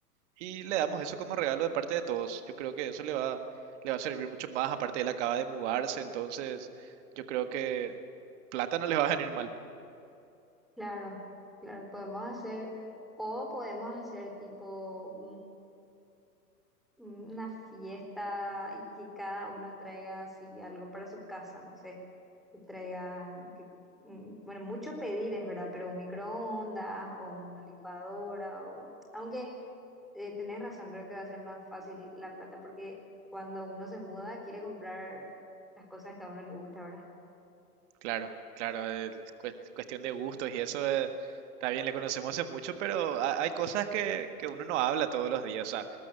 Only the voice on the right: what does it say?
y le damos eso como regalo de parte de todos. Yo creo que eso le va, le va a servir mucho más, aparte él acaba de mudarse, entonces yo creo que plata no le va a venir mal.
Claro, claro, eh, cue- cuestión de gustos y eso eh, también le conocemos en mucho, pero ha- hay cosas que, que uno no habla todos los días. O sea,